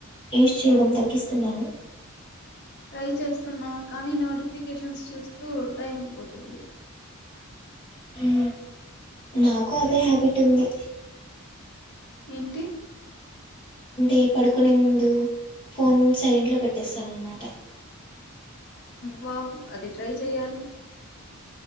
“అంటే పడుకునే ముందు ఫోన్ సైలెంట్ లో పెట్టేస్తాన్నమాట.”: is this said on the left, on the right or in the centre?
Left